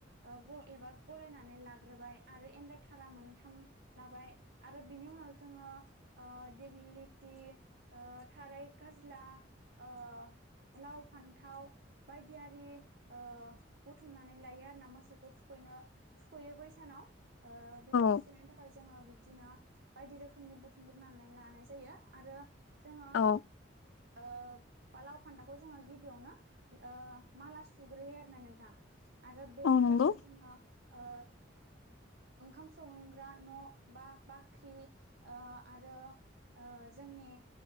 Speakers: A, on the right; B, on the left.
A: ओ एबा गलायनानै लाग्रोबाय आरो एन्दा थारा मोनथाम लाबाय आरो बिनि उनाव ओ जोङो दिगलिटि ओ थारै गाज्ला ओ लाव फान्थाव बायदियारि ओ बुथुमनानै लायो आरोना मोसौखौ थुखैनो थुखैयो बैसानाव ओ बेखौ
B: औ
A: थुखैनो थाखाय जोङो बिदिनो बायदि रोखोमनि बुथुमग्रोनानै लानाय जायो आरो जोङो
B: औ
A: ओ बा लाव फान्दाखौ जोङो गिबियावनो ओ माला सुग्रोयो आरो ना नोंथां आरो बे
B: औ
A: मालाखौ
B: नंगौ
A: जोङो ओ ओंखाम संग्रा न' बा बाख्रि ओ आरो ओ जों जोंनि